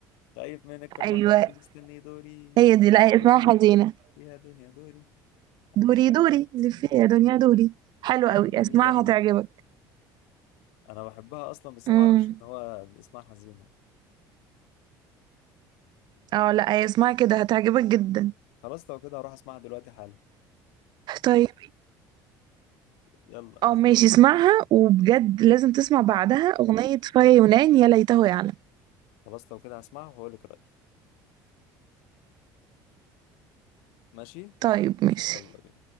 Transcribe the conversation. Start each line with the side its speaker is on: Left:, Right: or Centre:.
Left: طيب من الكرمان
Right: ايوه
Left: ده مستني دوري
Right: هي دي لا هي
Left: دوري
Right: اسمها حزينة
Left: يا دنيا دوري
Right: دوري
Left: عندك
Right: دوري
Left: أنا
Right: لفي
Left: بس
Right: يا دنيا دوري حلو
Left: لا،
Right: قوي
Left: جميلة
Right: اسمعها
Left: أوي
Right: هتعجبك
Left: أنا بحبها أصلا بس
Right: امم
Left: ما أعرفش إن هو اسمها حزينة
Right: اه لا هي اسمها كده هتعجبك جدا
Left: خلاص لو كده هروح اسمعها دلوقتي حالا
Right: طيب
Left: يلا
Right: اه
Left: اسمعها
Right: ماشي اسمعها وبجد لازم تسمع بعدها اغنية فيا يونان يا ليته يعلم
Left: خلاص لو كده هسمعها وهقول لك رأيي ماشي
Right: طيب ماشي
Left: يلا بينا